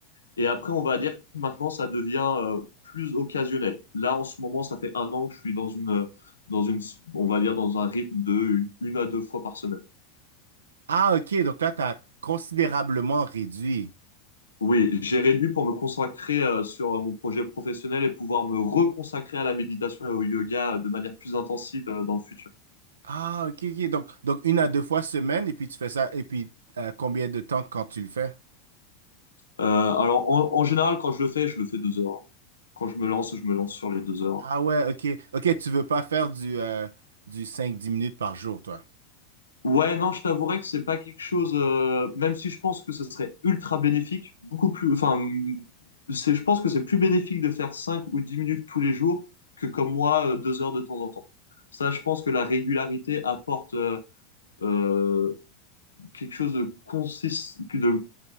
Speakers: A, on the left; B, on the right.
A: Et après, on va dire que maintenant, ça devient euh, plus occasionnel. Là, en ce moment, ça fait un an que je suis dans une, euh, dans une, on va dire dans un rythme de une, une à deux fois par semaine.
B: Ah, OK, donc là, tu as considérablement réduit.
A: Oui, j'ai réduit pour me consacrer euh, sur euh, mon projet professionnel et pouvoir me reconsacrer à la méditation et au yoga euh, de manière plus intensive euh, dans le futur.
B: Ah, OK, OK. Donc, donc, une à deux fois semaine, et puis tu fais ça, et puis euh, combien de temps quand tu le fais?
A: Euh, alors, en, en général, quand je le fais, je le fais deux heures. Quand je me lance, je me lance sur les deux heures.
B: Ah ouais, ok. Ok, tu veux pas faire du, euh, du cinq dix minutes par jour, toi.
A: Ouais, non, je t'avouerais que c'est pas quelque chose, euh, même si je pense que ce serait ultra bénéfique, beaucoup plus, enfin, hum, c'est, je pense que c'est plus bénéfique de faire 5 ou 10 minutes tous les jours que comme moi, euh, deux heures de temps en temps. Ça, je pense que la régularité apporte euh, euh, quelque chose de consist, que de,